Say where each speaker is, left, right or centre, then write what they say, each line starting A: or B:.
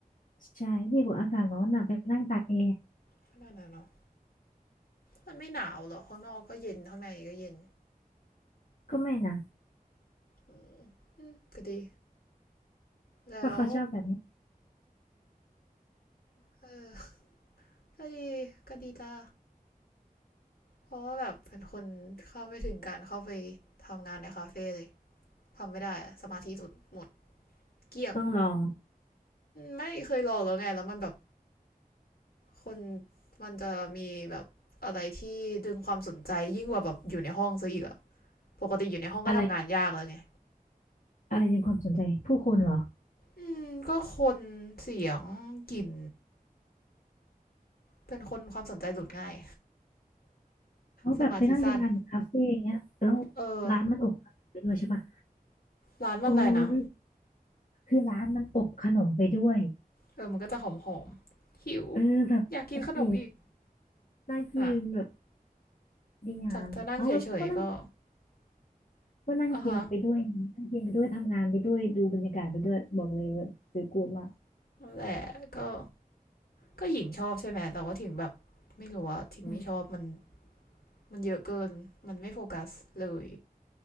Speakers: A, on the left; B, on the left.
A: ใช่ดีกว่าอากาศร้อนนะไปนั่งตากแอร์
B: ก็นั่นนะเนาะมันไม่หนาวหรอข้างนอกก็เย็นข้างในก็เย็น
A: ก็ไม่นะ
B: อืมอืมก็ดีแล้ว
A: เพราะเขาชอบแบบนี้
B: เออก็ดีก็ดีจ้าเพราะว่าแบบเป็นคนเข้าไม่ถึงการเข้าไปทำงานในคาเฟ่เลยทำไม่ได้สมาธิหลุดหมดเกลี้ยง
A: ต้องลอง
B: ไม่เคยลองแล้วไงแล้วมันแบบคนมันจะมีแบบอะไรที่ดึงความสนใจยิ่งกว่าแบบอยู่ในห้องซะอีกอะ ปกติอยู่ในห้องก็ทำงานยากแล้วไง
A: อะไรอะไรดึงความสนใจผู้คนเหรอ
B: อืมก็คนเสียงกลิ่นเป็นคนความสนใจหลุดง่าย
A: เขาแบบไปนั่งทำงานอยู่คาเฟ่อย่างเงี้ยแล้ว
B: สมาธิสั้น เออ
A: ร้านมันอบขนมไปด้วยใช่ปะ
B: ร้านมันอะไรนะ
A: โอ้ยคือร้านมันอบขนมไปด้วย
B: เออมันก็จะหอมหอมๆหิว
A: เออแบบโอ้โห
B: อยากกินขนมอีก
A: น่ากินแบบ
B: นะ
A: ดีงามเอาแล้วก็นั่ง
B: จากจะนั่งเฉยๆก็
A: ก็นั่งกินไปด้วยนะนั่งกินไปด้วยทำงานไปด้วยดูบรรยากาศไปด้วยบอกเลยว่าซื้อกูดมาก
B: อ่ะฮะแต่และก็ก็หญิงชอบใช่ไหม แต่ว่าถึงแบบไม่รู้ว่าถึงไม่ชอบมัน
A: อืม
B: มันเยอะเกินมันไม่โฟกัสเลย